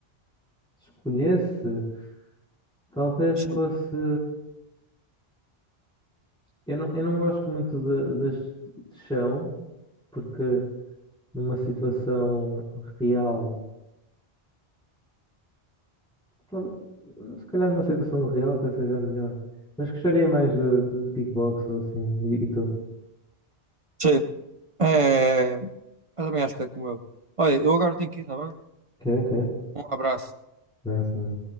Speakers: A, in the centre; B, on the right.
A: Se Escolhesse, talvez
B: Sim.
A: fosse. Eu não, eu não gosto muito de, de de chão, porque numa situação real, tal- se calhar numa situação real até seja melhor, mas gostaria mais de, de kickbox ou assim, e, e tu?
B: Sim. É, eu também acho que é como eu. Olha, eu agora tenho que ir, tá bem?
A: Ok, ok,
B: Um abraço.
A: massa,